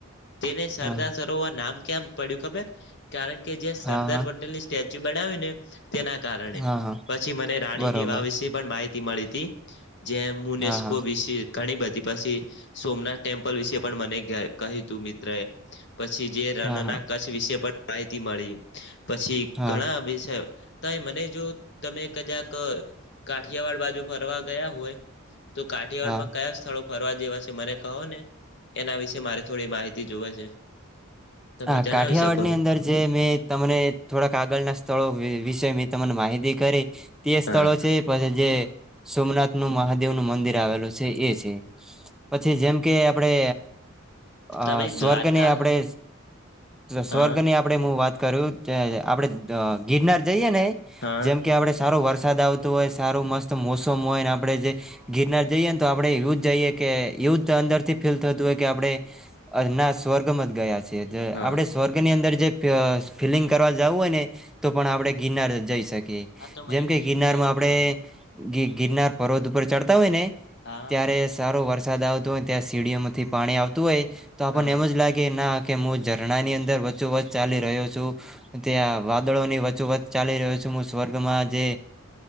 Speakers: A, on the left (about 55°); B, in the centre.
A: તેને સરદાર
B: હા
A: સરોવર નામ કેમ પડ્યું ખબર કારણ કે જે
B: હા
A: સરદાર
B: હા
A: પટેલની સ્ટેચ્યુ બનાવી્યું ને તેના કારણે
B: હા હા
A: પછી મને રાણીની
B: બરોબર
A: વા વિશે પણ માહિતી મળી હતી. જેમ મુનેસ્કો
B: હા હા
A: વિસ ઘણી બધી પછી સોમનાથ ટેમ્પલ વિશે પણ મને કહ્યું તું મિત્ર એ પછી જે રણના
B: હા હા
A: કચ્છ વિશે પણ માહિતી મળી પછી
B: હા
A: ઘણા વિષ તોય મને જો તમે કદાક કાઠિયાવાડ બાજુ ફરવા ગયા હોય તો કાઠિયાવાડમાં
B: હા
A: કયા સ્થળો ફરવા જેવા છે મને કહો ને એના વિષે મારે થોડી માહિતી જોવે છે. તમે
B: હા
A: જણાવી
B: કાઠિયાવાડની
A: શકો
B: અંદર જે મેં તમને થોડાક આગળના સ્થળો વિષે તને માહિતી કરી તે
A: હા
B: સ્થળો છે પછી જે સોમનાથ નું મહાદેવનું મંદિર આવેલું છે એ છે. પછી જેમ કે આપણે આ
A: તમે
B: સ્વર્ગને
A: દ્વારકા
B: આપણે સ્વર્ગની
A: હા
B: આપણે હું વાત કરું, આપડે ગિરનાર જઈએ ને
A: હા
B: જેમ કે આપણે સારો વરસાદ આવતો હોય, સારું મસ્ત મોસમ હોય આપણે જે ગિરનાર જઈએ ને તો આપણે એવું જઈએ કે કે એવું જ અંદર થી ફીલ થતું હોય કે આપણે ના સ્વર્ગ માં જ ગયા છી. આપણે
A: હા
B: સ્વર્ગ ની અંદર જે ફીલિંગ કરવા જાવું હોય ને તો પણ આપડે ગિરનાર જઈ શકીએ.
A: હા તો મને
B: જેમ કે
A: ગિરનાર
B: ગિરનારમાં આપડે ગિરનાર પર્વત ઉપર ચડતા હોય ને
A: હા
B: ત્યારે સારો વરસાદ આવતો હોય ત્યાં સીડીઓમાંથી પાણી આવતું હોય તો આપણને
A: હા
B: એમ જ લાગે ના કે હું ઝરણા ની અંદર વચો વચ ચાલી રહ્યો છું, ત્યાં વાદળો ની વચો‌ વચ ચાલી રહ્યો છું. સ્વર્ગમાં જે